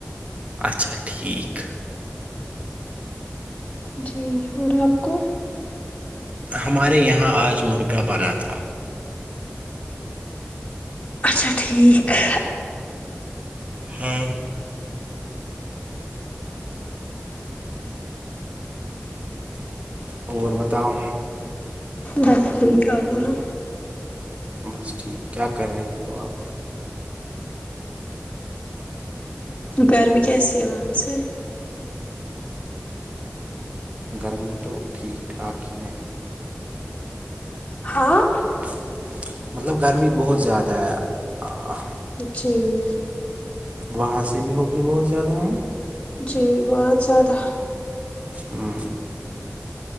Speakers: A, on the right (about 30°); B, on the left (about 25°).
A: اچھا ٹھیک
B: جی اور آپ کو
A: ہمارے یہاں آج مرگا بنا تھا
B: اچھا ٹھیک ہے
A: ہاں اور بتاؤ
B: بس ٹھیک ہے بولو
A: بس ٹھیک کیا کر رہی ہو آپ
B: گرمی میں کیسی آواز ہے
A: گرمی تو ٹھیک ٹھاک ہی ہے
B: ہاں
A: ہاں مطلب گرمی بہت زیادہ آیا ہ
B: جی
A: وہاں سے بھی ہوگی بہت زیادہ ہوں
B: جی بہت زیادہ
A: ہوں